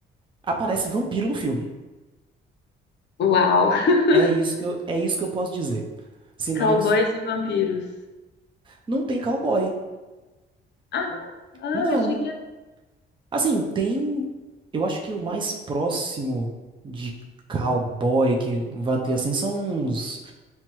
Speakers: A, on the right; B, on the left.
A: aparece vampiro no filme.
B: Uau! <laughs>
A: É isso que eu, é isso que eu posso dizer. Senão,
B: Cowboys
A: s-
B: e vampiros.
A: não tem cowboy.
B: Ah, não? Ah,
A: Não.
B: achei que era.
A: Assim, tem, eu acho que o mais próximo de cowboy que vai ter assim são uns,